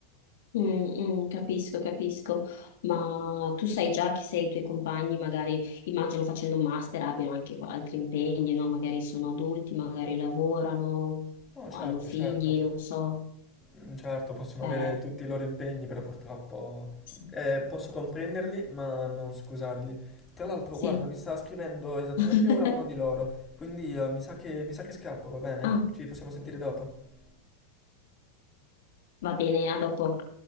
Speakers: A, on the left; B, on the left.
A: Mm, mm, capisco, capisco, ma tu sai già che se i tuoi compagni, magari immagino facendo un master, abbiano anche altri impegni, no? Magari sono adulti, magari lavorano,
B: No,
A: o
B: certo,
A: hanno figli,
B: certo,
A: non so.
B: Mm, certo, possono
A: Eh,
B: avere tutti i loro impegni, però purtroppo
A: sì.
B: eh, posso comprenderli, ma non scusarli. Tra l'altro,
A: sì.
B: guarda, mi sta scrivendo esattamente
A: <laughs>
B: ora uno di loro, quindi eh, mi sa che, mi sa che scappo, va bene?
A: Ah,
B: Ci possiamo sentire dopo.
A: va bene, a dopo.